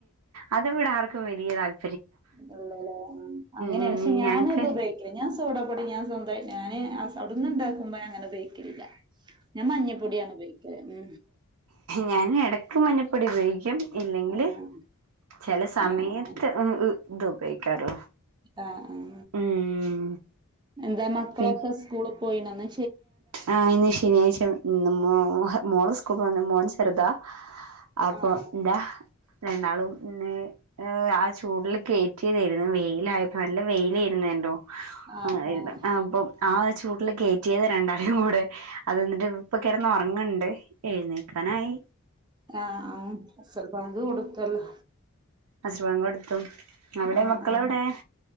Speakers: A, on the right; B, on the right.
A: അത്വ്ട ആർക്കും വലിയ താല്
B: ഇല്ലല്ലേ ഉം അങ്ങനെയാണ്.
A: ഉം
B: പക്ഷെ ഞാനത്
A: ഞങ്ങക്ക്
B: ഉപയോഗിക്കില്ല ഞാ സ്വ സോഡാ പൊടി ഞാൻ സ്വന്തായി ഞാന് അവിന്ന് ഇണ്ടാക്കുമ്പോ അങ്ങന ഉപയോഗിക്കലില്ല ഞാൻ മഞ്ഞപ്പൊടിയാണ് ഉപയോഗിക്കല് ഉം
A: ഞാന് ഇടക്ക് മഞ്ഞപ്പൊടി ഉപയോഗിക്കും ഇല്ലെങ്കില്
B: ആഹ് ആഹ്
A: ചില സമയത്ത്
B: ആഹ് ആഹ്
A: ഉം ഉം ഇത് ഉപയോഗിക്കാറുള്ളു
B: ആഹ് ആഹ്
A: ഉം
B: എന്താ മക്കളൊക്കെ
A: പി
B: സ്കൂള് പോയിണന്ന്
A: ആ ഇന്ന് ശനിയാഴ്ച ന്ന് മോ മോള് സ്കൂൾ പോന്ന് മോൻ ചെറുതാ അപ്പൊ
B: ആഹ്
A: എന്താ രണ്ടാളും പിന്നെ ഏ ആ ചൂടില് കേറ്റിയതായിരുന്നു വെയിലായപ്പോ നല്ല വെയിലായിരുന്നേനല്ലോ
B: ആഹ്
A: ആയിരുന്നു.
B: ആഹ്
A: അപ്പം ആ ചൂട്ടില് കേറ്റിയതാ രണ്ടാളെയും കൂടെ അത് എന്നിട്ട്പ്പൊ കിറന്ന് ഉറങ്ങണ്ട് എഴുനേക്കാനായി
B: ആഹ് ആഹ് അസർ ബാങ്ക് കൊടുത്തല്ലോ
A: അസർ ബാങ്ക് കൊടുത്തു അവിടെ
B: ആഹ്
A: മക്കളെവിടെ?
B: ആഹ്